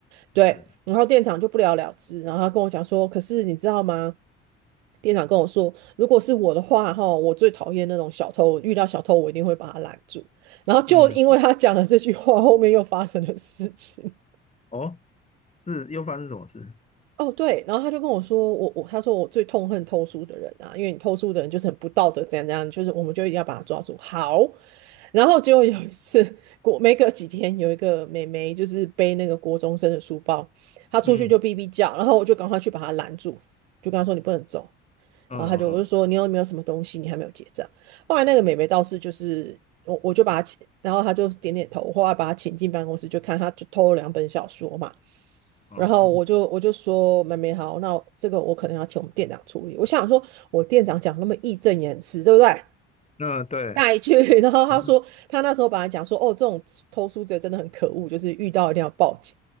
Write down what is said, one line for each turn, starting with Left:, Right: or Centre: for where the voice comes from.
Right: 对，
Left: 对，
Right: 然后店长就不了了之，然后他跟我讲说，可是你知道吗？店长跟我说，如果是我的话，哈，我最讨厌那种小偷，遇到小偷我一定会把他拦住。然后就因为他讲了这句话，
Left: 嗯
Right: 后面又发生了事情。
Left: 哦，是又发生什么事？
Right: 哦，对，然后他就跟我说，我我他说我最痛恨偷书的人啊，因为你偷书的人就是很不道德，怎样怎样，就是我们就一定要把他抓住。好，然后结果有一次，过没隔几天，有一个妹妹就是背那个国中生的书包，她出去就哔哔叫，
Left: 嗯
Right: 然后我就赶快去把她拦住，就跟她说你不能走。
Left: 嗯嗯
Right: 然后她就我就说你有没有什么东西你还没有结账？后来那个妹妹倒是就是我我就把她请，然后她就点点头，后来把她请进办公室，就看她就偷了两本小说嘛。
Left: 嗯，
Right: 然后我就我就说妹妹好，
Left: 哦，
Right: 那这个我可能要请我们店长处理。我想说，我店长讲那么义正言辞，对不对？<laughs>
Left: 那对，
Right: 带去，<laughs> 然后他说他那时候本来讲说，
Left: 这样
Right: 哦，这种偷书贼真的很可恶，就是遇到一定要报警。